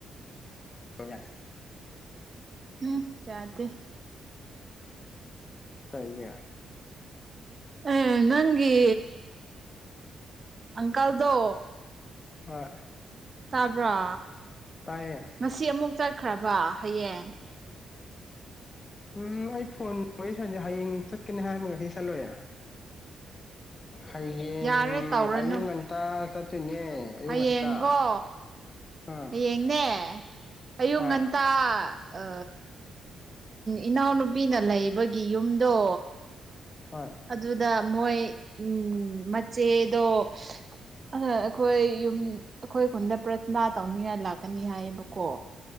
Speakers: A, on the left (about 35°); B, on the right (about 40°).
A: ꯑꯧ ꯌꯥꯔꯦ
B: ꯍꯨꯝ ꯌꯥꯗꯦ
A: ꯀꯩꯒꯤ
B: ꯑꯦ ꯅꯪꯒꯤ ꯑꯪꯀꯜꯗꯣ
A: ꯍꯣꯏ
B: ꯇꯥꯕ꯭ꯔꯣ
A: ꯇꯥꯏꯌꯦ
B: ꯉꯁꯤ ꯑꯃꯨꯛ ꯆꯠꯈ꯭ꯔꯕ ꯍꯌꯦꯡ
A: ꯎꯝ ꯑꯩ ꯐꯣꯟꯗ ꯋꯔꯤ ꯁꯥꯅꯁꯦ ꯍꯌꯦꯡ ꯆꯠꯀꯅꯤ ꯍꯥꯏꯕ ꯉꯁꯤ ꯆꯠꯂꯣꯏꯌꯦ ꯍꯌꯦꯡ
B: ꯌꯥꯔꯦ ꯇꯧꯔꯅꯨ
A: ꯑꯌꯨꯛ ꯉꯟꯇꯥ ꯆꯠ ꯆꯠꯇꯣꯏꯅꯦ ꯑꯌꯨꯛ
B: ꯍꯌꯦꯡꯀꯣ
A: ꯉꯟꯇꯥ ꯎꯝ
B: ꯍꯌꯦꯡꯅꯦ ꯑꯌꯨꯛ
A: ꯍꯣꯏ
B: ꯉꯟꯇꯥ ꯑ ꯥ ꯏꯅꯥꯎꯅꯨꯄꯤꯅ ꯂꯩꯕꯒꯤ ꯌꯨꯝꯗꯣ
A: ꯍꯣꯏ
B: ꯑꯗꯨꯗ ꯃꯣꯏ ꯎꯝ ꯃꯆꯦꯗꯣ ꯑꯗꯣ ꯑꯩꯈꯣꯏ ꯌꯨꯝ ꯑꯩꯈꯣꯏ ꯈꯨꯟꯗ ꯄ꯭ꯔꯊꯅ ꯇꯧꯅꯤꯡꯉꯥꯏ ꯂꯥꯛꯀꯅꯤ ꯍꯥꯏꯌꯦꯕꯀꯣ